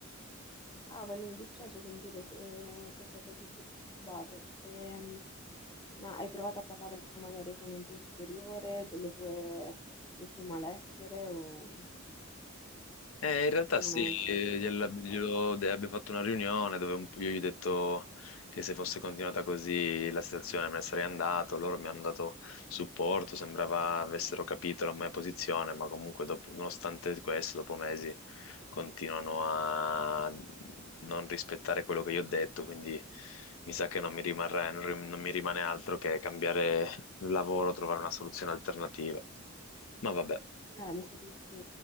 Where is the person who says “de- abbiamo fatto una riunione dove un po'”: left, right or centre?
Left